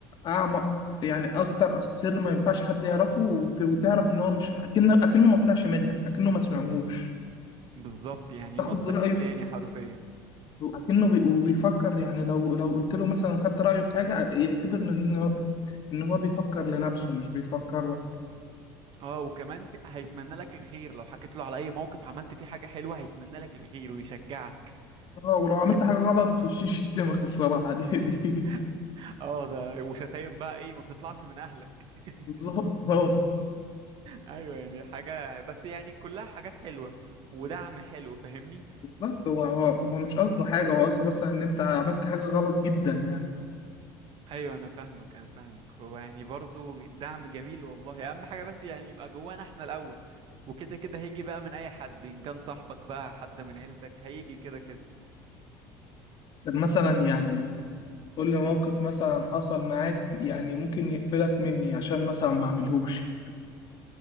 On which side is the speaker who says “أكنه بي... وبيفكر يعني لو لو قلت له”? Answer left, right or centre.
Left